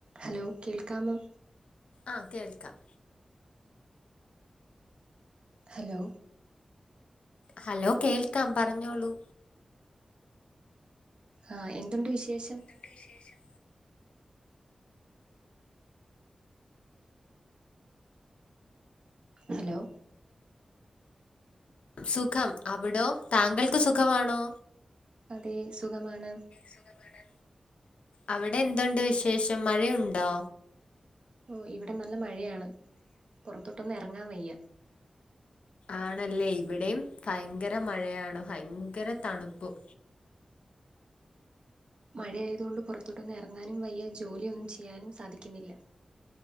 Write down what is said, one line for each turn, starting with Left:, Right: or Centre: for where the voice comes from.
Right: Hello കേൾക്കാമോ
Left: ആഹ് കേൾക്കാം
Right: ഹലോ
Left: ഹലോ കേൾക്കാം പറഞ്ഞോളൂ
Right: ആഹ് എന്തുണ്ട് വിശേഷം
Left: ണ്ട് വിശേഷം
Right: ഹലോ
Left: സുഖം അവിടോ താങ്കൾക്ക് സുഖമാണോ
Right: അതേ സുഖമാണ്
Left: സുഖമാണ് അവിടെ എന്തൊണ്ട് വിശേഷം മഴയൊണ്ടോ
Right: ഓഹ് ഇവിടെ നല്ല മഴയാണ് പൊറത്തോട്ടൊന്നും എറങ്ങാൻ വയ്യ
Left: ആണല്ലേ ഇവിടെയും ഭയങ്കര മഴയാണ് ഭയങ്കര തണുപ്പും
Right: മഴയായതുകൊണ്ട് പൊറത്തോട്ടൊന്നും എറങ്ങാനും വയ്യ ജോലിയൊന്നും ചെയ്യാനും സാധിക്കുന്നില്ല